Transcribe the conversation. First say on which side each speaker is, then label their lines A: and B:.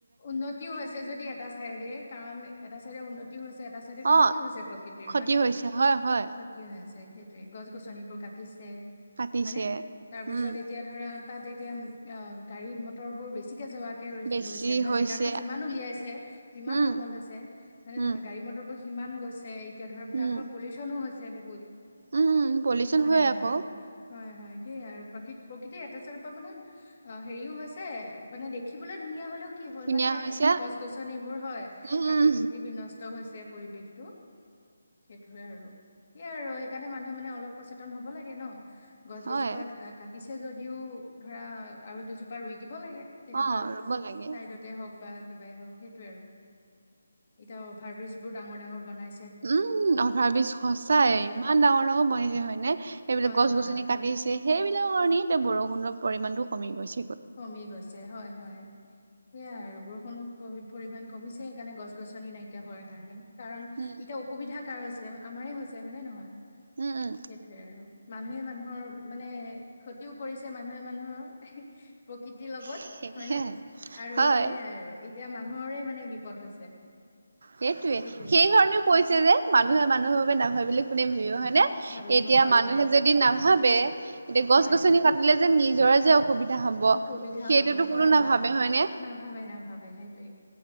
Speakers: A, on the left (about 50°); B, on the right (about 60°).
A: উন্নতিও হৈছে যদি এটা চাইডে কাৰণ এটা চাইডে উন্ন। ক্ষতিও হৈছে এটা চাইডে ক্ষতিও
B: অ',
A: হৈছে প্ৰকৃতিৰ
B: ক্ষতি
A: হয়নে?
B: হৈছে হয়, হয়,
A: ক্ষতিও আছে। সেইটোৱে গছ গছনিবোৰ কাটিছে
B: কাটিছে।
A: হয়নে? তাৰ পিছত
B: উম,
A: এতিয়া ধৰা। তাত এতিয়া অ গাড়ী মটৰ বোৰ বেছিকে জোৱাকে ৰৈ
B: বেছি
A: লৈছে। মানে
B: হৈছে।
A: জেগাতটো যিমান উলিয়াইছে যিমান
B: উম,
A: বহল হৈছে মানে
B: উম,
A: নহয় গাড়ী মটৰ ব। সিমান গৈছে এতিয়া ধৰ
B: উম,
A: তাৰ পৰা পলিউচনো হৈছে বহুত।
B: উম, পলিউচন
A: হয় নে নহয়?
B: আকৌ
A: হয় হয়, সেয়াই আৰু প্ৰকৃ প্ৰকৃতিৰ এটা চৰৰ পৰা মানে অ হেৰিও হৈছে মানে দেখিবলৈ ধুনীয়া হলেও। কি হ'ল
B: ধুনীয়া
A: মানে
B: হৈছে।
A: গছ গছনিবোৰ হয়
B: উম,
A: কাটি কুটি বিনষ্ট হৈছে।। পৰিৱেশটো' সেইটোয়ে আৰু। সেয়াই আৰু সেইকাৰণে মানুহে মানে অলপ সচেতন হব লাগে ন? গছ
B: হয়।
A: গজোপা কাটিছে যদিও ধৰা আৰু দুজোপা ৰুই। দিব লাগে তেনেকুৱা
B: অ ৰুব লাগে
A: চাইডতে হওক বা কিবাই হওক। সেইটোয়ে আৰু। এতিয়া অভাৰ ব্ৰিজ বোৰ ডাঙৰ ডাঙৰ বনাই।
B: উম, অভাৰ বিজ সঁচাই ইমান ডাঙৰ ডাঙৰ বনাইছে হয়নে? এইবিলাক
A: হয়
B: গছ
A: হয়
B: গছনি
A: হয়
B: কাটিছে। সেইবিলাকৰ কাৰণেই এতিয়া বৰষুণৰ পৰিমাণটো কমি গৈছে।
A: কমি গৈছে হয় হয় সেয়া আৰু। বৰষুণ পৰিমাণ কমিছে, সেইকাৰণে গছ গছনি নাইকিয়া হোৱাৰ কাৰণে। কাৰণ
B: উম
A: এতিয়া অসুবিধা। কাৰ হৈছে আমাৰ হৈছে হয়নে নহয়?
B: উম উম
A: সেইটোয়ে আৰু মানুহে মানুহৰ। মানে ক্ষতিও কৰিছে মানুহে মানুহৰ। প্ৰকৃতিৰ লগত
B: সেয়াই
A: হয় নে? আৰু
B: হয়
A: সেইয়াই আৰু। এতিয়া মানুহৰে মানে বিপদ হৈছে।
B: সেইটোয়ে।
A: সেইটোৱে
B: সেই কাৰণেও কৈছে যে মানুহে মানুহৰ বাবে নাভাবিলে কোনে ভাবিব হয়।
A: ভাবিব
B: এতিয়া
A: হয়
B: মানুহে
A: হয়
B: যদি নাভাবে, এতিয়া গছ
A: হয়
B: গছনি কাটিলে যে নিজৰ যে। অসুবিধা হব
A: অসুবিধা
B: সেইটোতো
A: হ'ব হয়
B: কোনো নাভাবে
A: হয়,
B: হয়নে
A: নাভাবে নাভাবে সেইটোৱে।